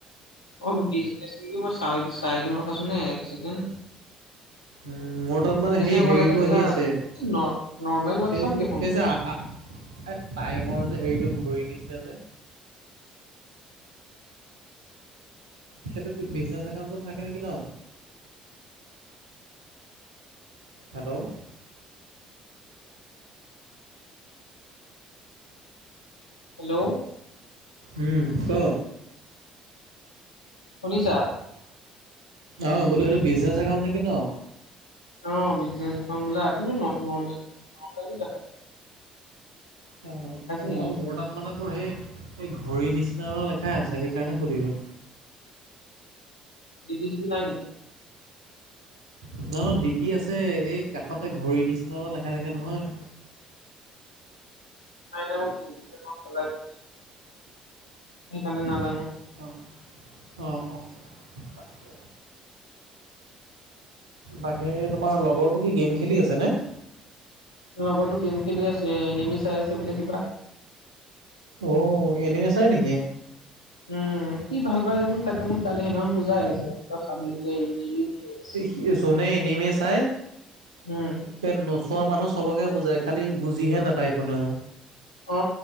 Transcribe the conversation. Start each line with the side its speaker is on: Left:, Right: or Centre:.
Left: অ, বিজনেছ নেকি মই চ চাইদিও ৰখাছোন দে এক চছেকেণ্ড।
Right: উম, মোৰ তাত মানে সেই
Left: হ'ব
Right: হেৰিটো
Left: লাগে বোলা
Right: আহি আছে।
Left: ন' নৰ্মেল হোৱাটছআপ
Right: এই-এই
Left: দেখোন
Right: যে টাইমৰ যে হেৰিটো ঘূৰি নিচিনা যে, সেইটো বিজনেচ একাউণ্টত থাকে নেকি ন। হেল্ল',
Left: হেল্ল',
Right: উম, ক?
Left: শুনিছা,
Right: অ, বোলো সেইটো বিজনেছ একাউণ্ট নেকি ন?
Left: অ, বিজনেজ একাউণ্ট বোলে কিন্তু নৰ্মেল দেখুৱাই
Right: অ, নহয়
Left: নেকি বিজনেচ
Right: মোৰ তাত মানে তোৰ সেই এই ঘড়ীৰ নিচি দেখাই আছে সেইকাৰণে সুধিলোঁ?
Left: ডি পি চি পি নাই নেকি?
Right: ভিতৰত দিপি আছে এই কাষতে ঘড়ীৰ নিচিনা দেখাই থাকে নহয়।
Left: নাই নাই <unintelligible> সেইকাৰণে নাজানো
Right: অ, অ, অ, তাকে। বাকী তোমাৰ লগৰটো কি গেম খেলি আছে নে?
Left: লগতো গেম খেলি আছে এনিমি চাই আছে বোলে কিবা।
Right: অ এনেমে চাই নেকি?
Left: উম কি ভাল পাই জানো তাকে মোক কালি সেইদিনাখন বুজাই আহিছে তই চাবি বোলে এগিৰি কি য়েছে।
Right: এ যোনে এনিমিয়ে চাই।
Left: উম।
Right: পে নোচোৱা মানুহ চবকে বুজায় খালী বুজিহে নাপায় কোনেও।
Left: অ